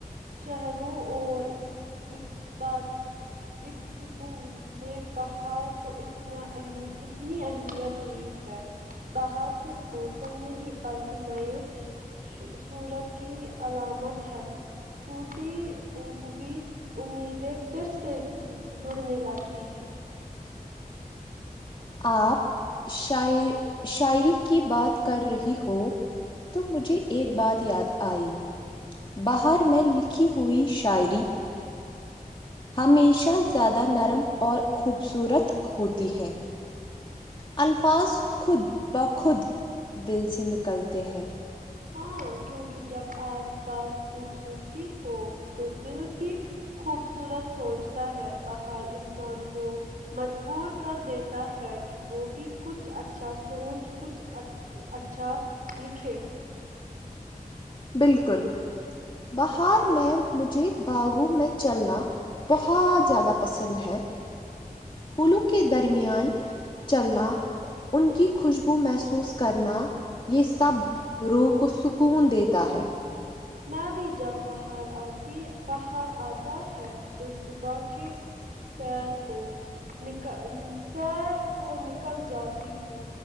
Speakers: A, on the right; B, on the left.
A: شہروں اور <unintelligible> <unintelligible> نے بہار کو اتنا اہمی اتنی اہمیت دی ہے بہار صرف موسم نہیں بلکہ نئے شو صورت کی علامت ہے ٹوٹی ہوئی امیدیں پھر سے جڑنے لگتی ہیں
B: آپ شاعر شاعری کی بات کر رہی ہو تو مجھے ایک بات یاد آئی بہار میں لکھی ہوئی شاعری ہمیشہ زیادہ نرم اور خوبصورت ہوتی ہے الفاظ خود بخود دل سے نکلتے ہیں
A: ہاں کیونکہ جب آس پاس خوبصورتی ہو تو دل بھی خوبصورت سونچتا ہے بہار انسان کو مجبور کر دیتا ہے کہ وہ بھی کچھ اچھا سونچ کچھ اچھ اچھا لکھے
B: بالکل بہار میں مجھے باغوں میں چلنا بہت زیادہ پسند ہے پھولوں کے درمیان چلنا ان کی خوشبو محسوس کرنا یہ سب روح کو سکون دیت تا ہے
A: میں بھی جب بہار آتی بہار آتا ہے تو صبح کے سس سیر کو نکا سیر کو نکل جاتی ہوں